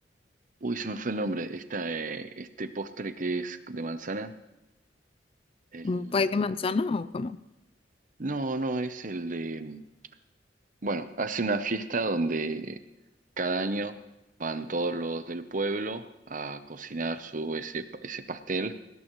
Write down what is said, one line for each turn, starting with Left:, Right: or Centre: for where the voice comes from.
Right: uy, se me fue el nombre, esta, eh, este postre que es de manzana, el,
Left: un país de manzana o como,
Right: no, no, es el de... Bueno, hace una fiesta donde cada año van todos los del pueblo a cocinar su, ese, ese pastel